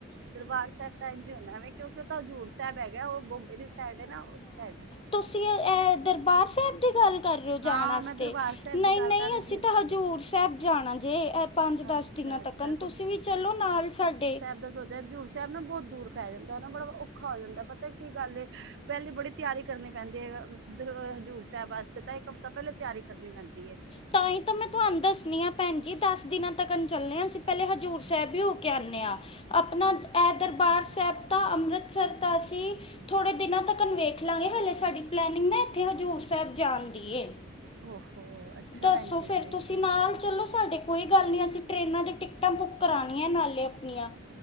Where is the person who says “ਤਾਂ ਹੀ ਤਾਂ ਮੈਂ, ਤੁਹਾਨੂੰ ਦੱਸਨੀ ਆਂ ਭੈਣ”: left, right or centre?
Left